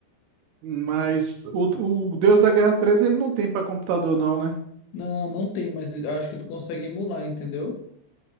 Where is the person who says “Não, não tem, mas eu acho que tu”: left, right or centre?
Left